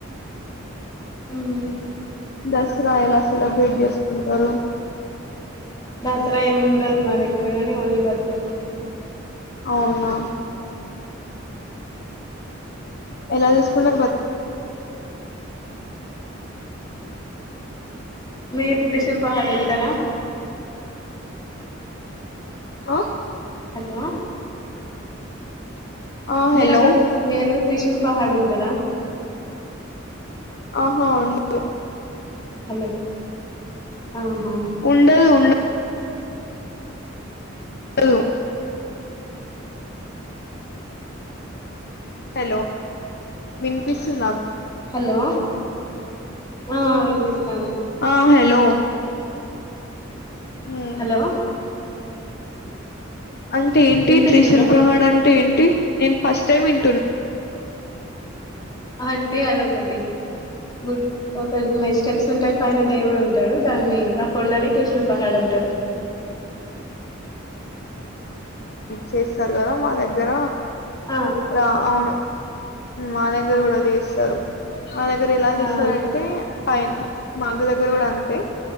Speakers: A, on the left; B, on the left.
A: హ్మ్మ్
B: దసరా ఎలా సెలబ్రేట్ చేసుకుంటారు
A: దసరా ఏముండదు మా దగ్గరగానీ ఓన్లీ బతుకమ్మ
B: అవునా ఎలా తీసుకున్నారు బతి
A: మీరు త్రిశూల్ పహాడ్ ఎళ్తారా
B: ఆ
A: హలో
B: ఆ
A: మీరక్కడ
B: హలో
A: మీ దగ్గర త్రిశూల్ పహాడ్ ఉంటదా
B: ఆహా ఉం <inaudible>
A: హలో ఆహా
B: ఉండదు ఉండ దు హలో వినిపిస్సుందా
A: హలో ఆ వినిపిస్తాంది
B: ఆ హలో ఉమ్.
A: హలో
B: అంటే ఏంటి
A: వినిపిస్తుందా
B: త్రిశూల్ ప్రహాడ్ అంటే ఏంటి నేను ఫస్ట్ టైమ్ విం
A: అంటే అదో ఒకటి గుడ్ ఒకటిమె స్టెప్స్ ఉంటాయి పైన దేవుడు ఉంటాడు దాన్ని <unintelligible> డనే త్రిశూల్ పహాడ్ అంటారు
B: చేస్సారు కదా మా దగ్గర
A: ఆ
B: రా అవును మా దగ్గర కూడా తీస్తారు మా దగ్గర ఎలా తీస్తారంటే
A: ఆ
B: పైన్ మాగ్గ దగ్గర కూడా అంతే